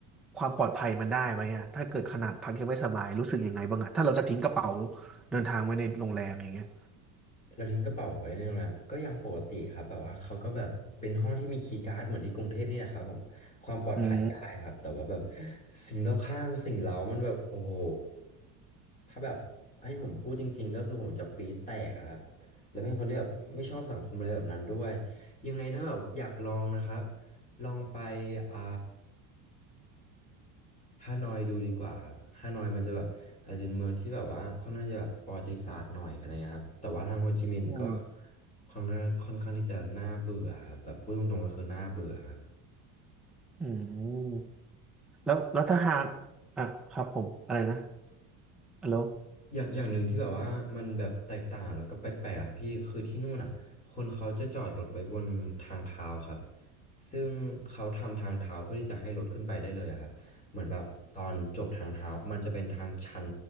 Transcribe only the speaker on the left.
เราทิ้งกระเป๋าไว้ในโรงแรมก็ยังปกติครับแบบว่าเขาก็แบบเป็นห้องที่มีคีย์การ์ดเหมือนที่กรุงเทพนี่แหละครับผมความปลอดภัยได้ครับแต่ว่าแบบ
สิ่งรอบข้างสิ่งเร้ามันแบบโอ้โหถ้าแบบให้ผมพูดจริงๆก็คือผมจะปี๊ดแตกอะครับแล้วเป็นคนที่แบบไม่ชอบสังคมอะไรแบบนั้นด้วยยังไงถ้าแบบอยากลองนะครับลองไปอ่า ฮานอยดูดีกว่าครับฮานอยมันจะแบบอาจจะเป็นเมืองที่แบบว่าค่อนข้างจะแบบประวัติศาสตร์หน่อยอะไรนะครับแต่ว่าทางโฮจิมินห์ก็
ค่อนข้างค่อนข้างที่จะน่าเบื่อครับแบบพูดตรงๆก็คือน่าเบื่อครับ
อย่างอย่างหนึ่งที่แบบว่ามันแบบแตกต่างแล้วก็แปลกๆอะพี่คือที่นู่นอ่ะคนเขาจะจอดรถไว้บนทางเท้าครับซึ่งเขาทำทางเท้าเพื่อที่จะให้รถขึ้นไปได้เลยอะครับเหมือนแบบตอนจบทางเท้ามันจะเป็นทางชัน